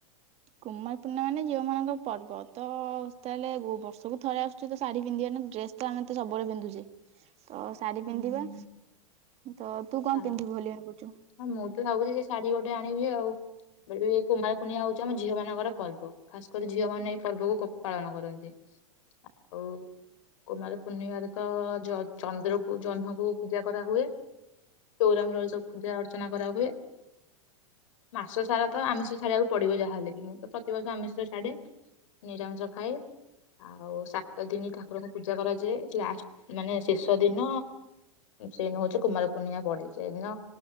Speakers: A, on the right; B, on the left.
A: କୁମାର ପୂର୍ଣ୍ଣିମା ମାନେ ଝିଅମାନଙ୍କ ପର୍ବ ତ ତାହେଲେ ବର୍ଷକୁ ଥରେ ଆସୁଛି ତ ଶାଢୀ ପିନ୍ଧିବା ନା ଡ୍ରେସ ତ ଆମେ ତ ସବୁବେଳେ ପିନ୍ଧୁଛେ ତ ଶାଢୀ
B: ହୁଁ
A: ପିନ୍ଧିବା ତ ତୁ କଣ
B: ତା-
A: ପିନ୍ଧିବୁ ବୋଲି ଭାବୁଛୁ?
B: ହଁ ମୁଁ ତ ଭାବୁଛି ସେଇ ଶାଢୀ ଗୋଟେ ଆଣିବି ଆଉ କୁମାର ପୂର୍ଣ୍ଣିମା ହଉଛି ଆମ ଝିଅ ମାନଙ୍କର ପର୍ବ ଖାସ କରି ଝିଅ ମାନେ ଏଇ ପର୍ବକୁ ପାଳନ କରନ୍ତି ଆଉ କୁମାର ପୂର୍ଣ୍ଣିମାରେ ତ ଚନ୍ଦ୍ରକୁ ଜହ୍ନକୁ ପୂଜା କରା ହୁଏ ଚଉରା ମୂଳରେ ସବୁ ପୂଜା ଅର୍ଚ୍ଚନା କରା ହୁଏ ମାସ ସାରା ତ ଆମିଷ ଛାଡିବାକୁ ପଡିବ ଯାହାହେଲେ ବି ମୁଁ ତ ପ୍ରତିବର୍ଷ ଆମିଷ ଛାଡେ ନିରାମିଷ ଖାଏ ଆଉ ସାତ ଦିନ ଠାକୁରଙ୍କୁ ପୂଜା କରାଯାଏ ଲାଷ୍ଟ ମାନେ ଶେଷ ଦିନ ସେଇଦିନ ହଉଛି କୁମାର ପୂର୍ଣ୍ଣିମା ପଡେ ସେଇଦିନ